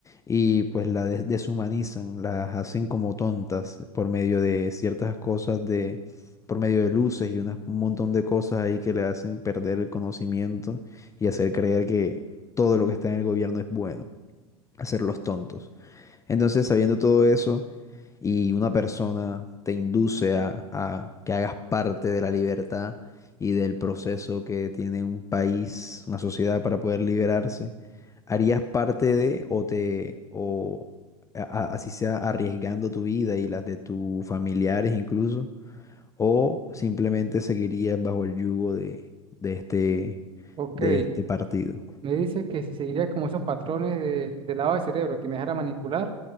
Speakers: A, on the left (about 15°); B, on the right (about 30°).
A: y pues la des- deshumanizan, las hacen como tontas por medio de ciertas cosas de, por medio de luces y unas- un montón de cosas ahí que le hacen perder el conocimiento y hacer creer que todo lo que está en el gobierno es bueno, hacerlos tontos. Entonces, sabiendo todo eso, y una persona te induce a, a que hagas parte de la libertad y del proceso que tiene un país, una sociedad para poder liberarse, ¿harías parte de o te o a- a- así sea arriesgando tu vida y las de tus familiares incluso, o simplemente seguirías bajo el yugo de, de este
B: Ok,
A: de este partido?
B: me dice que si seguiría como esos patrones de, de lavado de cerebro, que me dejara manipular,